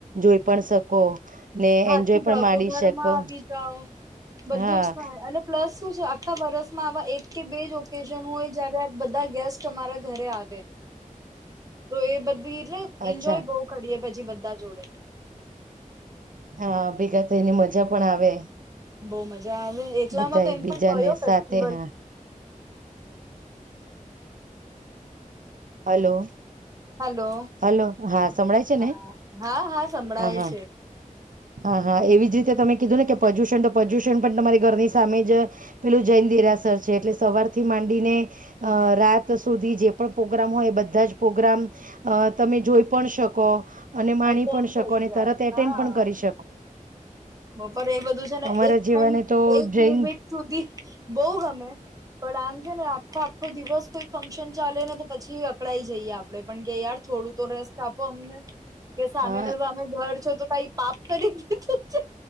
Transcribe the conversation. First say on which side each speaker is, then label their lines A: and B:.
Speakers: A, on the right; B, on the right.
A: જોઈ પણ શકો. ને
B: થાકી
A: એન્જોય
B: જાવતો
A: પણ માણી
B: ઘરમાં
A: શકો
B: આવી જાવ બધું
A: હા
B: જ થાય અને પ્લસ શું છે આ. આખા વરસમાં આવા એક કે બેજ ઓકેશન હોય જયારે બધાં ગેસ્ટ મારા ઘરે આવે.
A: <inaudible>
B: તો એ બધી એટલે એન્જોય
A: અચ્છા
B: બો કરીએ પછી બધાં જોડે.
A: હા, ભેગા થઈને મજા પણ આવે.
B: બોવ મજા આવે એકલામાં
A: બધા
B: તો
A: એકબીજાને
B: એમ પણ કયો ફેસ્ટિવલ.
A: સાથે હા હલો.
B: હલો
A: હલો હા, સંભળાય છેને
B: હા હા સંભળાય
A: હા હા.
B: છે
A: હા હા, એવી જ રીતે તમે કીધુંને કે પ્રદુષણ તો પ્રદુષણ પણ તમારી ઘરની સામે જ પેલું જે. દેરાસર છે એટલે સવારથી માંડીને અ રાત. ત સુધી જે પણ પ્રોગ્રામ હોય એ બધાં જ પ્રોગ્રામ અ તમે જોઈ પણ શકો. અને માણી
B: અટેન્ડ
A: પણ શકો
B: થઈ
A: અને
B: જાય
A: તરત એટેન્ડ
B: હા
A: પણ કરી શ.
B: બપોરે એ બધું છેને
A: અમારા
B: એક
A: જેવાને
B: થન
A: તો
B: એક
A: જૈન
B: લિમિટ સુધી બો ગમે. પણ આમ. ને આખો આખો દિવસ કોઈ ફંક્શન ચાલેને તો પછી અકડાઈ જઈએ આપડે પણ કે યાર થોડુંતો રે. આપો અમને કે સામેને
A: અ
B: સામે ઘર છેતો કઈ પાપ કરી દીધો છે.